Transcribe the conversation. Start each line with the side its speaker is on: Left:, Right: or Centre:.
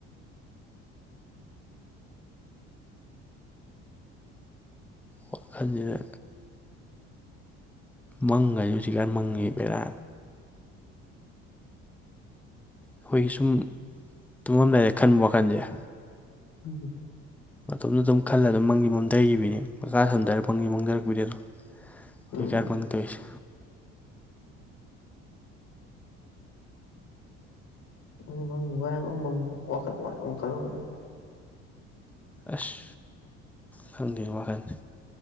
Centre: ꯋꯥꯈꯜꯁꯤꯅ ꯃꯪꯒꯗꯤ ꯍꯧꯖꯤꯛꯀꯥꯟ ꯃꯪꯉꯦꯕꯦꯔꯥ ꯑꯩꯈꯣꯏꯒꯤ ꯁꯨꯝ ꯇꯨꯝꯃꯝ ꯂꯩꯔꯦ ꯈꯟꯕ ꯋꯥꯈꯜꯁꯦ
Left: ꯎꯝ
Centre: ꯃꯇꯣꯗ ꯑꯗꯨꯝ ꯈꯜꯂ ꯑꯗꯨꯝ ꯃꯪꯒꯤ ꯃꯝꯊꯈꯤꯕꯅꯤ ꯃꯈꯥ ꯁꯝꯊꯔꯒ ꯃꯪꯒꯤ ꯃꯥꯡꯊꯔꯛꯄꯤꯗꯅꯣ
Left: ꯎꯝ
Centre: ꯍꯣꯏ ꯀꯔꯄꯪꯗꯣꯏꯁ
Left: ꯑꯗꯨ ꯃꯪ ꯅꯨꯡꯉꯥꯏꯕꯪ ꯋꯥꯈꯜ ꯅꯨꯡꯉꯕ ꯑꯃ ꯈꯜꯂꯨꯒꯣꯗ
Centre: ꯑꯁ ꯈꯪꯗꯦ ꯋꯥꯈꯜꯁꯦ